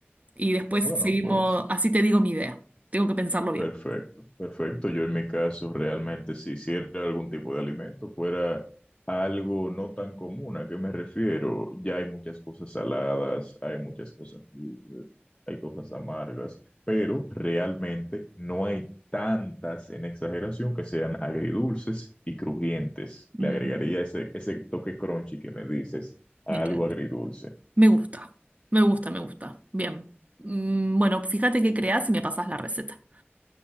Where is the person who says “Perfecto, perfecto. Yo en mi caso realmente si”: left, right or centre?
Left